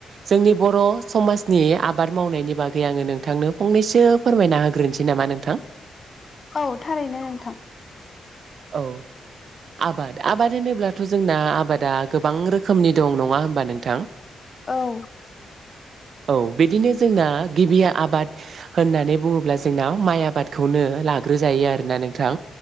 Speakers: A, on the right; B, on the left.
A: जोंनि बर' समाजनि आबाद मावनायनि बागै आङो नोंथांनो फंनैसो फोरमायना होग्रोनोसै नामा नोंथां। <inaudible>
B: औ थारैनो नोंथां
A: औ आबाद आबाद होनोब्लाथ' जोंना आबादा गोबां रोखोमनि दं नङा होमबा नोंथां?
B: औ।
A: <inaudible> औ बिदिनो जोंना गिबिया आबाद होननानै बुङोब्ला जोंनाव माइ आबादखौनो ला लाग्रोजायो आरोना नोंथां,